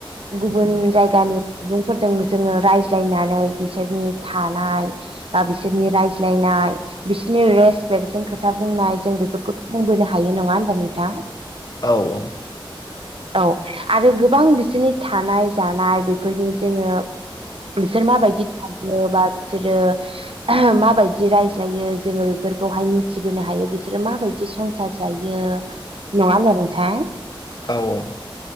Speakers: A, on the right (about 85°); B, on the left (about 50°).
A: गुबुन जायगानि सुबुंफोरजों जोङो रायज रायज्लायनानै बिसोरनि थानाय बा बिसोरनि रायज्लायनाय बिसोरनि रेसपेक्ट जों खोथा बुंनाय जों बेफोरखौ सोलोंबोनो हायो नङा हबा नोंथां?
B: औ औ
A: औ आरो गोबां बिसोरनि थानाय जानाय बेफोरनि जोङो बिसोर माबायदि थायो बा बिसोरो <unintelligible> माबायदि रायज्लायो जोङो बेफोरखौहाय मिथिबोनो हायो बिसोरो माबाय दि संसार जायो नङा होनबा नोंथां?
B: औ औ